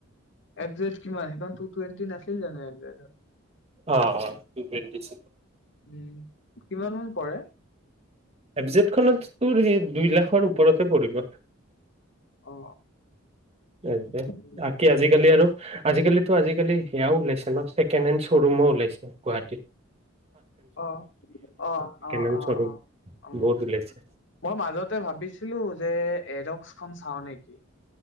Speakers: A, on the left; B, on the right.
A: এফ জেড কিমান সেইখন টু টুৱেণ্টি নাছিলে জানোৰ এমবেদৰ
B: অ অ টু টুৱেণ্টি চ্স
A: উম কিমান মান পৰে
B: এবজেটখনত তোৰ সেই দুই লাখৰ ওপৰতে পৰিব
A: অ
B: এফজেট
A: উম
B: বাকি আজিকালি আৰু আজিকালি আজিকালি সেয়াও ওলাইছে তেনাচটি কেমেক্ৰ শ্বৰুমো ওলাইছে গুৱাহীত
A: অ অ অ
B: হেণ্ড
A: অ
B: শ্ব'ৰুম
A: অ অ
B: বহুত ওলাইছে
A: মই মাজতে ভাবিছিলো যে এডক্স খ চাও নেকি